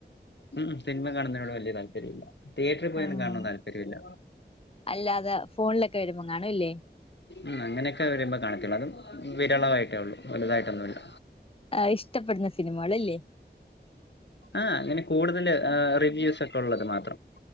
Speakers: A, on the left; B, on the left.
A: ഉം സിനിമ കാണുന്നതിനോട് വല്ല്യ താല്പര്യല്ല തിയേറ്ററിൽ പോയൊന്ന്
B: ആഹ്
A: കാണാൻ താല്പര്യല്ല
B: അല്ലാതെ ഫോണിലൊക്കെ വരുമ്പോ കാണുംല്ലേ
A: ഉം അങ്ങനെയൊക്കെ വരുമ്പോ കാണത്തൊള്ളൂ അതും വിരളാമായിട്ടേ ഒള്ളു വലുതായിട്ടൊന്നുമില്ല
B: ആഹ് ഇഷ്ടപ്പെടുന്ന സിനിമകളില്ലേ
A: ആഹ് ഇങ്ങനെ കൂടുതൽ ഏഹ് റിവ്യൂസ് ഒക്കെ ഉള്ളത് മാത്രം